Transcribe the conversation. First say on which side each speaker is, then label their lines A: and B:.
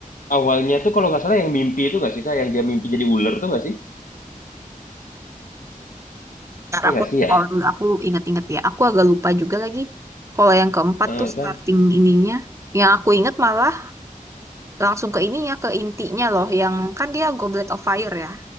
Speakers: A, on the left; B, on the right.
A: awalnya tuh kalau nggak salah yang mimpi itu nggak sih, Kak? Yang dia mimpi jadi ular tuh nggak sih?
B: Ntar
A: Iya
B: aku
A: nggak sih
B: recall
A: ya?
B: dulu, aku inget-inget ya. Aku agak lupa juga lagi. Kalau yang keempat
A: Eh,
B: tuh
A: kan?
B: starting ininya. Yang aku inget malah langsung ke ininya, ke intinya loh. Yang kan dia Goblet of Fire ya.